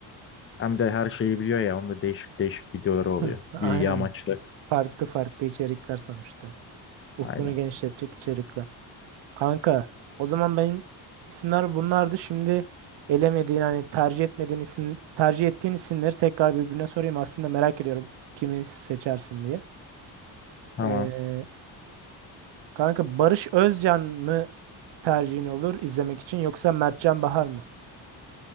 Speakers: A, on the left; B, on the right.
A: Hem de her şeyi biliyor ya. Onda değişik değişik videoları
B: <laughs>
A: oluyor.
B: Aynen.
A: Bilgi amaçlı.
B: Farklı farklı içerikler sonuçta. Ufkunu
A: Aynen.
B: genişletecek içerikler. Kanka o zaman benim isimler bunlardı. Şimdi elemediğin hani tercih etmediğin isim tercih ettiğin isimleri tekrar birbirine sorayım. Aslında merak ediyorum kimi seçersin diye.
A: Tamam.
B: Ee, kanka Barış Özcan mı tercihin olur izlemek için yoksa Mertcan Bahar mı?